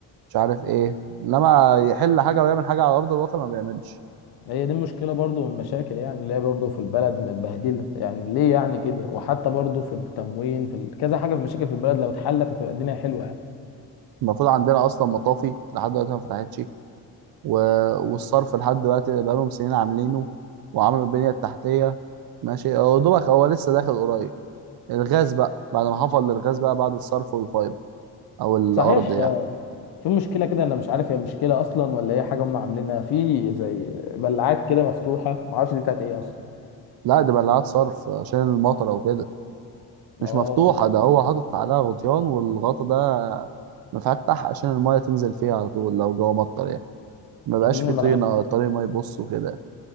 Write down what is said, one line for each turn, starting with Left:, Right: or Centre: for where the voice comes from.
Right: مش عارف ايه انما يحل حاجه ويعمل حاجه على ارض الواقع ما بيعملش
Left: هي دي مشكله برضو من المشاكل يعني اللي هي برضو في البلد متبهدله يعني ليه يعني كده وحتى برضو في التموين في ال- كذا حاجه في مشاكل في البلد لو اتحلت هتبقى الدنيا حلوه يعني
Right: المفروض عندنا اصلا مطافي لحد دلوقتي ما فتحتش و- والصرف لحد دلوقتي بقالهم سنين عاملينه وعملوا البنية التحتية ماشي هو دوبك هو لسه داخل قريب الغاز بقى بعد ما حفر للغاز بقى بعد الصرف والفايبر أو الأرض
Left: صحيح
Right: يعني
Left: في مشكلة كده أنا مش عارف هي مشكلة أصلا ولا هي حاجة هم عاملينها في زي بلعات كده مفتوحة معرفش دي بتاعت إيه أصلا
Right: لا دي بلعات صرف عشان المطر أو كده مش
Left: أه
Right: مفتوحة ده
Left: أه
Right: هو حاطط عليها غطيان والغطا ده مفتح عشان المية تنزل فيها على طول لو جوه مطر يعني ما بقاش
Left: أكمل
Right: فيه
Left: الملعقة
Right: طينة الطريق ما يبص وكده